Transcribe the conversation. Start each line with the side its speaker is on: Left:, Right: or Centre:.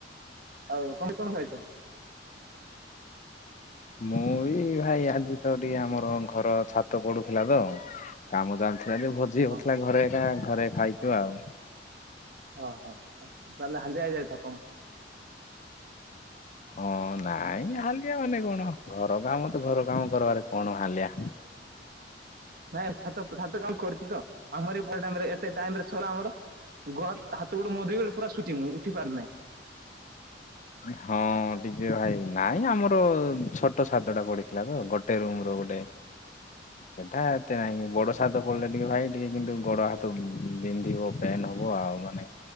Right: ଆଉ ତମେ କଣ ଖାଇଛ?
Left: ମୁଁ ବି ଭାଇ ଆଜି ତ ଟିକେ ଆମର ଘର ଛାତ ପଡୁଥିଲା ତ ଆ କାମ ଜାଣିଥିଲା ଯେ ଭୋଜି ହଉଥିଲା
Right: ହଁ
Left: ଘରେ କା ଘରେ ଖାଇକି ଆଉ।
Right: ଓହୋ ତାହେଲେ ହାଲିଆଇଯାଇ ଥ କଣ
Left: ହଁ ନାଇଁ ହାଲିଆ ମାନେ କଣ ଘର କାମ ତ ଘର କାମ କରବାରେ କଣ ହାଲିଆ।
Right: ନାଇଁ ଛାତ ଛାତ କାମ କରିଛି ତ ଆମର ଏ ପ ଟାଇମ୍ ରେ ଏତେ ଟାଇମ୍ ସରା ଆମର ଗ ହାତ ଗୋଡ଼ ମଧିର ଗୋଟ ପୁରା ଶ ସୁଚି ମୁ ଉଠି ପାରୁନାହିଁ।
Left: ହଁ ଟିକେ ଭାଇ ନାଇଁ ଆମର ଛୋଟ ଛାତଟା ପଡ଼ିଥିଲା ତ ଗୋଟେ ରୁମ୍ ର ଗୋଟେ। ସେଟା ଏତେ ନାଇଁ ବଡ ସାଦ ପଡ଼ିଲେ ଟିକେ ଭାଇ ଟିକେ କିନ୍ତୁ ଗୋଡ ହାତ ବିନ୍ଧିବ ପେନ୍ ହବ ଆଉ ମାନେ।